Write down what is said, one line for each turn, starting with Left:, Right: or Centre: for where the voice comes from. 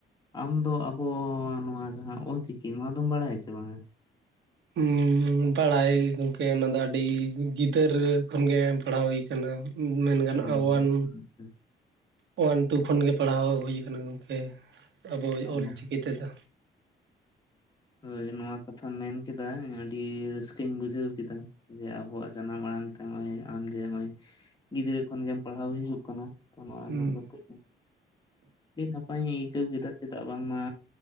Left: ᱟᱢ ᱫᱚ ᱟᱵᱚ ᱱᱚᱣᱟ ᱡᱟᱸᱦᱟᱸ ᱚᱞᱪᱤᱠᱤ ᱱᱚᱣᱟ ᱫᱚᱢ ᱵᱟᱲᱟᱭᱟᱪᱮ ᱵᱟᱝ-ᱟ᱾
Right: ᱦᱮᱸ ᱵᱟᱲᱟᱭ ᱜᱮ ᱜᱚᱢᱠᱮ ᱚᱱᱟ ᱫᱚ ᱟᱹᱰᱤ ᱜᱤᱫᱟᱹᱨ ᱠᱷᱚᱱᱜᱮ ᱯᱟᱲᱦᱟᱣ ᱦᱩᱭ ᱟᱠᱟᱱᱟ᱾ ᱢᱮᱱ ᱜᱟᱱᱚᱜᱼᱟ
Left: ᱚ
Right: ᱚᱳᱣᱟᱱ
Left: ᱟᱪᱪᱷᱟ
Right: ᱳᱣᱟᱱ ᱴᱩ ᱠᱷᱚᱱ ᱜᱮ ᱯᱟᱲᱦᱟᱣ ᱦᱩᱭ ᱟᱠᱟᱱᱟ ᱜᱚᱢᱠᱮ ᱟᱵᱚᱭ
Left: ᱟᱪᱪᱷᱟ
Right: ᱚᱞ ᱪᱤᱠᱤ ᱛᱮᱫᱚ᱾
Left: ᱦᱳᱭ ᱱᱚᱶᱟ ᱠᱟᱛᱷᱟᱢ ᱢᱮᱱ ᱠᱮᱫᱟ ᱟᱹᱰᱤ ᱨᱟᱹᱥᱠᱟᱹᱧ ᱵᱩᱡᱷᱟᱹᱣ ᱠᱮᱫᱟ᱾ ᱡᱮ ᱟᱵᱚᱣᱟᱜ ᱡᱟᱱᱟᱢ ᱟᱲᱟᱝ ᱛᱮ ᱱᱚᱜ-ᱚᱭ ᱟᱢ ᱡᱮ ᱱᱚᱜ-ᱚᱭ ᱜᱤᱫᱽᱨᱟᱹ ᱠᱷᱚᱱᱜᱮᱢ ᱯᱟᱲᱦᱟᱣ ᱦᱤᱡᱩᱜ ᱠᱟᱱᱟ᱾ ᱛᱚ ᱱᱚᱣᱟ ᱟᱸᱡᱚᱢ
Right: ᱦᱩᱸ
Left: ᱠᱟᱛᱮ ᱟᱹᱰᱤ ᱱᱟᱯᱟᱭᱤᱧ ᱟᱹᱭᱠᱟᱹᱣ ᱠᱮᱫᱟ ᱪᱮᱫᱟᱜ ᱵᱟᱝᱢᱟ